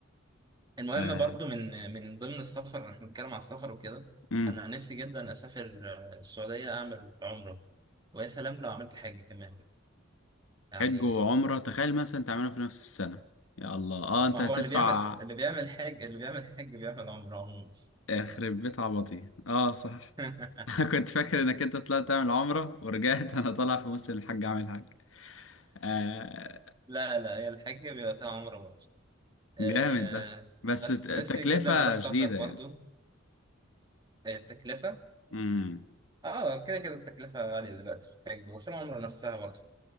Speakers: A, on the right; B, on the left.
A: المهم
B: آه.
A: برضو من من ضمن السفر احنا بنتكلم على السفر وكده
B: امم
A: انا نفسي جدا اسافر آه، السعوديه اعمل عمره ويا سلام لو عملت حج كمان يعني
B: حج وعمرة تخيل مثلا تعملوا في نفس السنة يا الله اه
A: آه،
B: انت
A: ما
B: هتدفع
A: هو اللي بيعمل اللي بيعمل حج اللي بيعمل حج بيعمل عمره عموما
B: يخرب بيت عبطي اه صح
A: <laughs>
B: <laughs> أنا كنت فاكر انك انت طلعت تعمل عمرة ورجعت <laughs> انا طالع في موسم الحج اعمل حج آه.
A: لا لا هي الحج بيبقى فيها عمره برضو أه
B: جامد ده بس
A: بس
B: ت- تكلفة
A: نفسي جدا اروح
B: شديدة
A: قطر برضو
B: يعني
A: آه، التكلفه
B: امم
A: اه كده كده التكلفة غالية دلوقتي في الحج وفي العمرة نفسها برضه